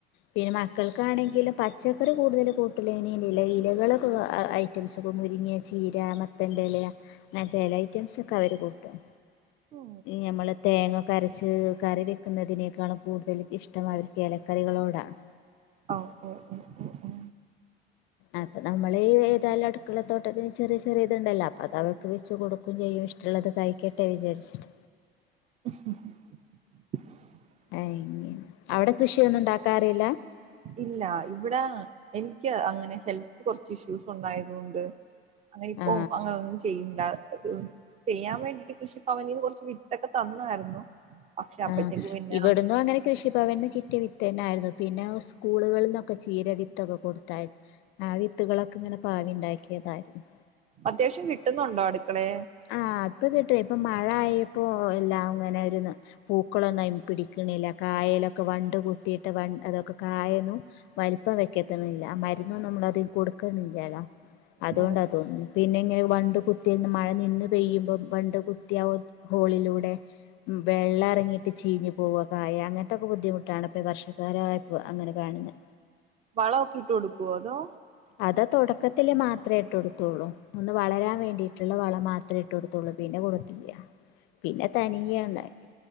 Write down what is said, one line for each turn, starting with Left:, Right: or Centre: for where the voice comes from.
Left: പിന്നെ മക്കൾക്കാണെങ്കില് പച്ചക്കറി കൂടുതല് കൂട്ടൂലൈന് ഇല ഇലകളെക്കെ അയ് ഐറ്റംസൊക്കെ മുരിങ്ങ ചീര മത്തൻ്റെല അങ്ങൻത്തെ എല ഐറ്റംസൊക്കെ അവര് കൂട്ടും
Right: ഓ
Left: ഞമ്മള് തേങ്ങൊക്കെരച്ച് കറി വെ ക്കുന്നതിനേക്കാളും കൂടുതൽ ഇഷ്ടം അവര്ക്ക് എലക്കറികളോടാണ്
Right: ഔ ഓ ഓ ഓ ഓ
Left: അപ്പ നമ്മള് ഈ ഏതായാലും അടുക്കള തോട്ടത്തിന് ചെറിയ ചെറിയത്ണ്ടല്ലോ അപ്പ അത അവക്ക് വെച്ച് കൊടുക്കും ചെയ്യും ഇഷ് മറ്റുള്ളത് കഴിക്കട്ടെ വിചാരിച്ചിട്ട്
Right: <unintelligible>
Left: അയ്ങ്ങനെ അവടെ കൃഷിയൊന്നുണ്ടാക്കാറില്ല
Right: ഇല്ലാ ഇവിടെ എൻക്ക് അങ്ങനെ ഹെൽത്ത് കെർച്ച് ഇഷ്യൂസുണ്ടായതുകൊണ്ട് അങ്ങനെ ഇപ്പോ
Left: ആ
Right: അങ്ങനൊന്നും ചെയ്യുന്നില്ല ചെയ്യാൻ വേണ്ടിട്ട് കൃഷിഭവനിന്ന് കൊർച്ച് വിത്തൊക്കെ തന്നായിരുന്നു പക്ഷെ അപ്പഴത്തേക്ക്
Left: ആഹ്
Right: പിന്നെ
Left: ഇവിടുന്നു അങ്ങനെ കൃഷിഭവൻന്ന് കിട്ടിയ വിത്തെന്നൊയിരുന്നു പിന്നെ സ്കൂളുകളിൽ ന്നൊക്കെ ചീര വിത്തൊക്കെ കൊടുത്തായ ആ വിത്തുകളൊക്കെങ്ങനെ പാവിണ്ടാക്കിയതായിരുന്നു
Right: അത്യാവശ്യം കിട്ടുന്നൊണ്ടോ അടുക്കളേ
Left: ആഹ് ഇപ്പൊ കിട്ടൊയ് ഇപ്പ മഴ ആയപ്പോ എല്ലാം ഇങ്ങനെരോന്ന് പൂക്കളൊന്നയ്മെ പിടിക്ക്ണില്ല കായേലൊക്കെ വണ്ട് കുത്തിയിട്ട് വണ് അതൊക്കെ കായെന്നും വലിപ്പം വെക്കത്തണില്ല ആ മരുന്നൊന്നും നമ്മൾ അതിന് കൊടുക്ക്ണ്ല്ല്യല്ലോ അത്കൊണ്ടാ
Right: ഓ
Left: തോന്ന്ണ് പിന്നെ ഇങ്ങനെ വണ്ട് കുത്തിയേന്ന് മഴ നിന്ന് പെയ്യുമ്പം വണ്ട് കുത്തിയ ഹോളിലൂടെ ഉം വെള്ളെർ എർങ്ങിട്ട് ചീഞ്ഞ് പോവു ആ കായ അങ്ങനത്തൊക്കെ ബുദ്ധിമുട്ടാണ് ഇപ്പ ഈ വർഷക്കാലായപ്പൊ അങ്ങനെ കാണ്ന്നേ
Right: വളൊക്കെ ഇട്ട് കൊടുക്കോ അതോ
Left: അതാ ആ തൊടക്ക ത്തില് മാത്രേ ഇട്ടൊടുത്തുള്ളൂ. ഒന്ന് വളരാൻ വേണ്ടിട്ട്ള്ള വളം മാത്രേ ഇട്ട് കൊടുത്തുള്ളൂ പിന്നെ കൊടുത്തില്ല്യ പിന്നെ തനിയെണ്ടായി